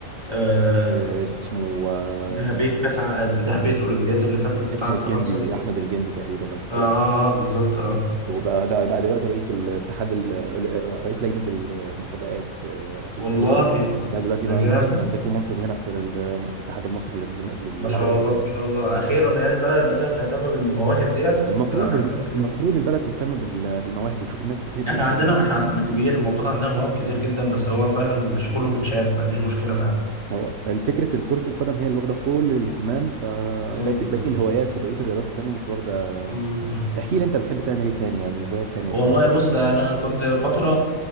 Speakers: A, on the right; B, on the right.
A: آه
B: آه، اسمه آه،
A: ذهبية كاس ع- ذهبية اولمبياد اللي فاتت بتاعت
B: اسمه الجندي
A: فرنسا دي
B: احمد الجندي تقريبا لو تفتكر
A: اه آه، اه، بالظبط اه
B: وبقى ده بقى دلوقتي رئيس الاتحاد ال- رئيس لجنه المسابقات في في
A: والله
B: الاتحاد الاولمبي لا دلوقتي
A: ده
B: ما-
A: جامد
B: مسكوه منصب هنا في ال- في الاتحاد المصري لل- للالعاب
A: ما شاء
B: الاولمبيه
A: الله ما شاء الله اخيرا يعني البلد بدأت تهتم بالمواهب ديت
B: المفروض
A: ده حاجة جامدة جدا
B: المفروض البلد تهتم بال- بالمواهب وتشوف الناس بتحب
A: احنا
B: الهوايات
A: عندنا احنا عددنا كبير المفروض عندنا مواهب كتير جدا بس هو فعلا مش كله متشاف دي المشكلة فعلا
B: هو الفكره كره القدم هي اللي واخده كل الاهتمام فبقيت
A: مم.
B: بقيت الهوايات وبقيت الرياضات التانيه مش واخده
A: مم.
B: احكي لي انت بتحب تعمل ايه تاني يعني هوايات تانيه
A: والله بص انا كنت فتره